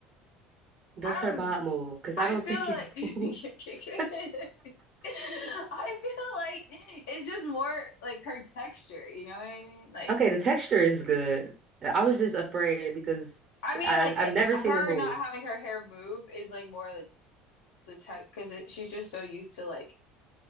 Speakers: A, on the right (about 45°); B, on the left (about 75°).
A: Does
B: I
A: her
B: don't
A: bob move? Because
B: I
A: I don't
B: feel
A: think it <laughs> moves.
B: like <laughs> <laughs> I feel like it's just more like her texture, you know what I mean? Like,
A: Okay, the texture is good. I was just afraid because
B: I mean,
A: I
B: like
A: I-
B: it,
A: I've never
B: her
A: seen it move.
B: not having her hair move is like more the the tech because she's just so used to like